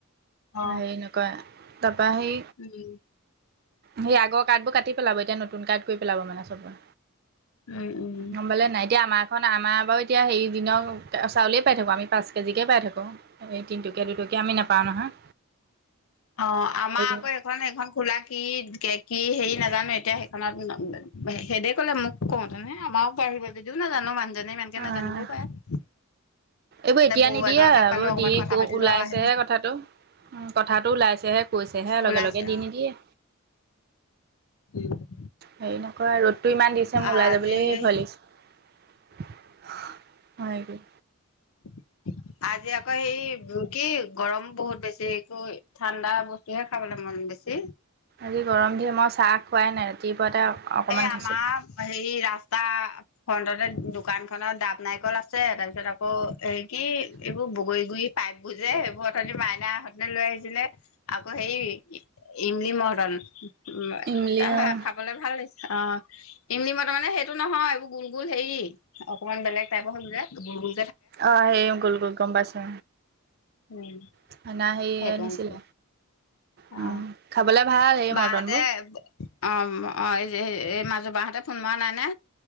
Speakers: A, on the left; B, on the right.
A: অ
B: হেৰি নকয় পাহি
A: উম
B: সেই আগৰ কাৰ্ডবোৰ কাটি পেলাব এতিয়া নতুন কাৰ্ড কৰি পেলাব মানে চবৰে।
A: উম উম
B: গম পালে নাই, এতিয়া আমাক অ', আমাৰ বাৰু এতিয়া হেৰি দিনৰ চাউলেই পাই থাকোঁ, আমি পাঁচ কেজিকে পাই থাকোঁ, এই দিনটো দুটকীয়া আমি
A: হয়
B: নেপাওঁ
A: হয়
B: নহয়।
A: অ', আমাৰ
B: এইবোৰ
A: আকৌ এইখন, এইখন খোলা কি কে কে হেৰি নেজা নেজানো এতিয়া সেইখনত, সেদে ক'লে মোক কওঁ তেনে, আমাৰ বাঢ়িব যদিও নাজানো মানুহ জনে ইমানকে
B: অ'
A: নাজানিবও পাৰে।
B: এইবোৰ
A: তাতে
B: এতিয়া
A: বৌ
B: নিদিয়ে
A: এগৰাকীক
B: এইবোৰ
A: পালো অকমান
B: দিয়ে
A: কথা
B: ক
A: পাতিলো
B: ওলাইছেহে
A: আৰু আহিলো
B: কথাটো। কথাটো ওলাইছেহে, কৈছেহে
A: ওলাইছে
B: লগে লগে দি নিদিয়ে।
A: উম।
B: হেৰি নকয় আৰু ৰ'দটো ইমান দিছে মোৰ
A: আজি
B: ওলাই যাবলৈ
A: সেই
B: ভয় লাগিছে। হয়।
A: <inaudible> আজি আকৌ সেই কি গৰম বহুত বেছি একো ঠাণ্ডা বস্তু হে খাবলৈ মন বেছি
B: আজি গৰম দিন মই চাহ খোৱাই নাই ৰাতিপুৱাতে অকণমান
A: এই
B: খাইছিলোঁ।
A: আমাৰ হেৰি ৰাস তাৰ ফ্ৰন্টতে দোকানখনত দাব নাৰিকল আছে, তাৰ পিছত আকৌ হেই কি এইবোৰ বগৰী গুৰি পাইপ বুৰজে সেইবোৰ অথনি মাইনাহঁতে লৈ আহিছিলে আকৌ হেৰি ইম্‌লি মৰ্টন, উম
B: ইমলি
A: তাৰ পৰা
B: অ'
A: খাবলে ভাল লাগিছে। অ', ইম্‌লি মৰ্টন মানে সেইটো নহয়, এইবোৰ গুল গুল হেৰি অকমান বেলেগ টাইপৰ হৈ গল যে গুল গুল।
B: অ', সেই গুল গুল গম পাইছো।
A: উম
B: <unintelligible> সেই
A: সেইটো
B: আনিছিলে
A: আনিছিলো অ
B: উম খাবলে ভাল সেই
A: বাহঁতে
B: মৰ্টনবোৰ
A: অ', অ', এই এই মাজু বাহঁতে ফোন মৰা নাই নে?